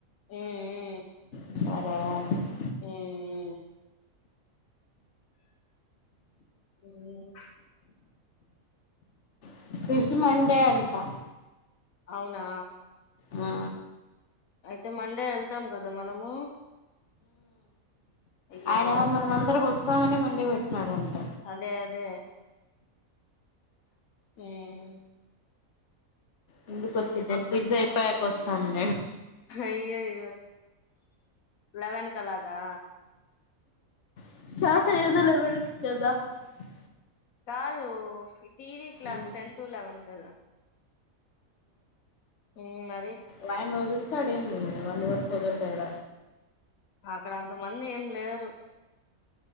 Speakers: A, on the left; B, on the left.
A: మ్మ్
B: సరే <unintelligible>
A: మ్మ్ మ్మ్
B: <unintelligible> మండే ఆ
A: అవునా
B: ఆ
A: అయితే మండే వెళ్తాం కదా మనము అయ్యో
B: ఆయన మనం అందరం వస్తామని మన <unintelligible>
A: అదే అదే మ్మ్
B: ముందుకు <unintelligible> పిజ్జ అయిపోయాక కోస్ అవునా
A: అయ్యయ్యో లెవెన్ కి అలాగా
B: మాతర <unintelligible>
A: కాదు టీవి గ్లాస్
B: మ్మ్
A: టెన్ టు లెవెన్ కదా మ్మ్ మరి
B: వయన వదుల్తాడు ఏం లేదు <unintelligible> తేడ
A: అక్కడ అంతమంది ఏం లేరు